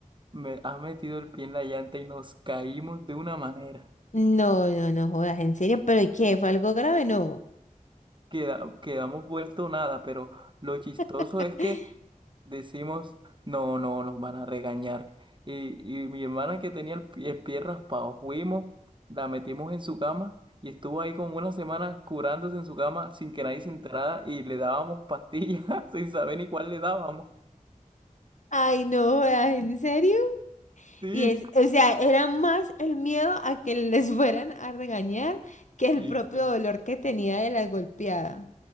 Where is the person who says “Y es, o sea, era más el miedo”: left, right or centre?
Left